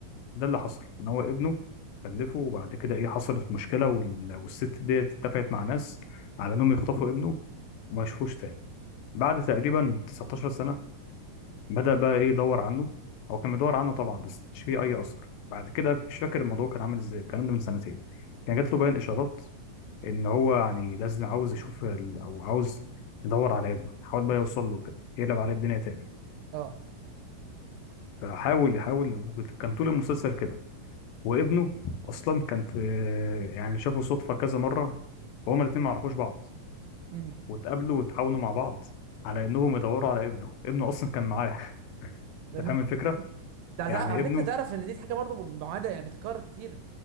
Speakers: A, on the left (about 85°); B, on the right (about 85°).
A: ده اللي حصل إن هو ابنه خلفه وبعد كده إيه حصلت مشكلة وال... والست دي اتفقت مع ناس على إنهم يخطفوا ابنه وما يشوفوش تاني بعد تقريبا 19 سنة بدأ بقى ايه يدور عنه هو كان بيدور عنه طبعا بس مش فيه اي اثر بعد كده مش فاكر الموضوع كان عامل ازاي الكلام ده من سنتين كان جات له باين اشارات ان هو يعني لازم عاوز يشوف ال- او عاوز يدور على ابنه حاول بقى يوصل له كده يقلب عليه الدنيا تاني
B: اه
A: فحاول يحاول وكت- كان طول المسلسل كده وابنه اصلا كان في يعني شافوا صدفه كذا مره وهما الاتنين ما عرفوش بعض
B: امم
A: واتقابلوا وتعاونوا مع بعض على انهم يدوروا على ابنه ابنه اصلا كان معاه <laughs>
B: <laughs>
A: انت فاهم الفكره
B: تع-
A: يعني
B: تع- على فكره
A: ابنه
B: تعرف ان دي حاجه برضو معاده يعني بتتكرر كتير